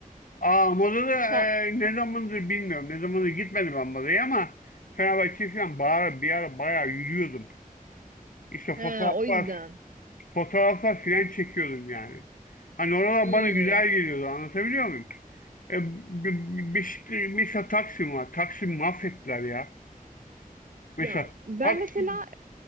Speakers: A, on the left; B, on the right.
A: Aa Moda'da
B: <laughs> Fa-
A: e, ne zamandır bilmiyorum. Ne zamandır gitmedim ben Moda'ya ama Fenerbahçe falan bağıra, bir ara bayağı yürüyordum. İşte
B: He,
A: fotoğraflar,
B: o yüzden.
A: fotoğraflar falan çekiyordum yani. Hani oralar
B: Hmm.
A: bana güzel geliyordu anlatabiliyor muyum? E, b- b- Beşik- mesela Taksim var. Taksim mahvettiler ya. Mesela
B: Ya ben
A: Taksim
B: mesela